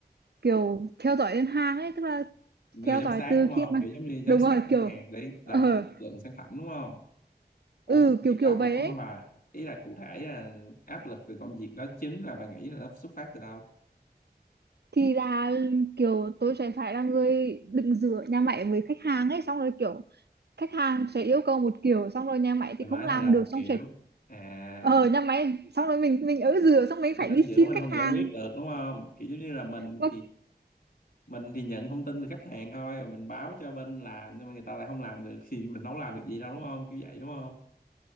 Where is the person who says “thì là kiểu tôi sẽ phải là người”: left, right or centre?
Right